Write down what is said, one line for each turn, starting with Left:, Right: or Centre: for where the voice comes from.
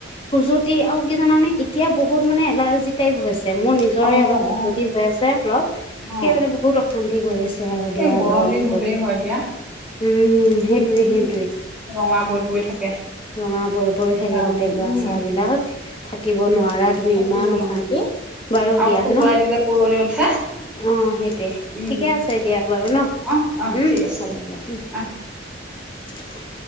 Left: খুজুতি আৰু কি জানে এতিয়া বহুত মানে এলাৰ্জি টাইপ হৈছে মোৰ নিজৰে
Centre: অ
Left: অলপ
Centre: অ
Left: খুজুতি হৈ আছে অলপ
Centre: অ
Left: কে মানে বহুত অশান্তি কৰিছে। আৰু দিয়া
Centre: এই গৰম
Left: গৰমত।
Centre: দিন হলেই হয় দিয়া
Left: উম সেইটোৱে
Centre: উম,
Left: সেইটোৱে।
Centre: ৰঙা পৰি পৰি থাকে
Left: ৰঙা পৰি পৰি থাকে
Centre: গাবোৰ
Left: গোটেই গা-
Centre: উম
Left: চা বিলাক থাকিব নোৱাৰাত তুমি
Centre: থাকিব
Left: ইমান
Centre: নোৱাৰো
Left: অশান্তি, বাৰু
Centre: আৰু
Left: দিয়া
Centre: খজুৱাই
Left: ন। অ
Centre: দিলে পুৰণি উঠে
Left: সেইটোৱে
Centre: উম
Left: ঠিকে আছে দিয়া বাৰু ন,
Centre: অহ অহ
Left: উম
Centre: ঠিক আছে
Left: হ'ব দিয়া উম।
Centre: <unintelligible>
Left: <unintelligible>